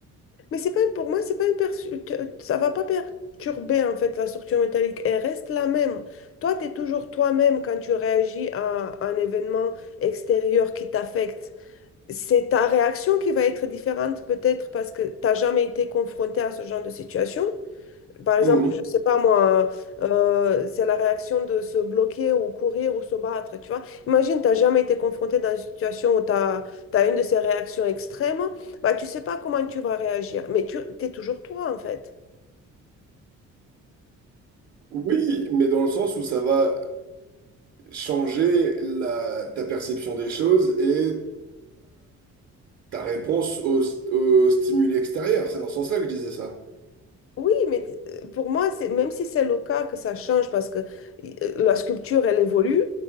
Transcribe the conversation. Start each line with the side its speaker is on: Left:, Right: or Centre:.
Left: Mais c'est pas pour moi, c'est pas une persu- que- ça va pas perturber en fait la structure métallique. Elle reste la même. Toi, tu es toujours toi-même quand tu réagis à un événement extérieur qui t'affecte. C'est ta réaction qui va être différente peut-être parce que tu n'as jamais été confronté à ce genre de situation. Par exemple,
Right: Mhm.
Left: je sais pas moi, euh, c'est la réaction de se bloquer ou courir ou se battre, tu vois. Imagine, t'as jamais été confronté dans une situation où tu as, une de ces réactions extrêmes, bah tu sais pas comment tu vas réagir, mais tu es toujours toi en fait.
Right: Oui, mais dans le sens où ça va changer la, ta perception des choses et Ta réponse au, st- au stimuli extérieur, c'est dans ce sens-là que je disais ça.
Left: Oui, mais euh, pour moi, c'est même si c'est le cas que ça change parce que euh, la sculpture, elle évolue,